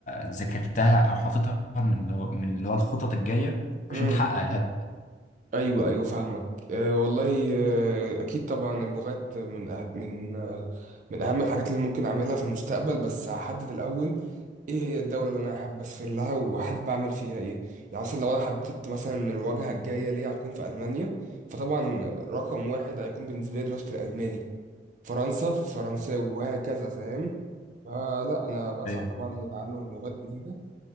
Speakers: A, on the left; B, on the right.
A: ذاكرتها او حاططها من اللي هو من اللي هو الخطط الجاية
B: طبعا
A: عشان تحقق الهدف ده.
B: ايوه ايوه فاهمك أه والله أه اكيد طبعا اللغات من أه من آه، من اهم الحاجات اللي ممكن اعملها في المستقبل بس هحدد الاول ايه هي الدوله اللي انا حابب اسافر لها وحابب اعمل فيها ايه يعني مثلا لو انا حددت مثلا إن الواجهه الجايه ليا هتكون في المانيا فطبعا رقم واحد هيكون بالنسبه لي دراسه الالماني فرنسا فرنساوي وهكذا فاهم فلا انا بسعى
A: ايوه
B: طبعا لتعلم لغات جديده